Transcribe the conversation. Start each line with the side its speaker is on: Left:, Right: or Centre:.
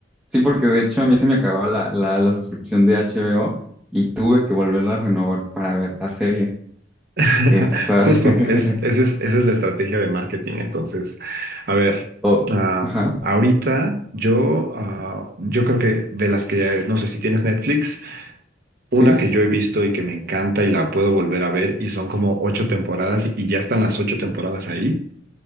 Centre: Sí, porque de hecho a mí se me acababa la, la, la suscripción de HBO y tuve que volverla a renovar para ver la serie.
Right: <laughs>
Centre: Que, o sea,
Right: Justo,
Centre: <laughs>
Right: es, esa es, esa es la estrategia de marketing. Entonces, a ver,
Centre: o-
Right: ah,
Centre: ajá,
Right: ahorita yo, ah, yo creo que de las que ya, no sé si tienes Netflix, una
Centre: sí,
Right: que yo he visto y que me encanta y la puedo volver a ver y son como ocho temporadas y ya están las ocho temporadas ahí.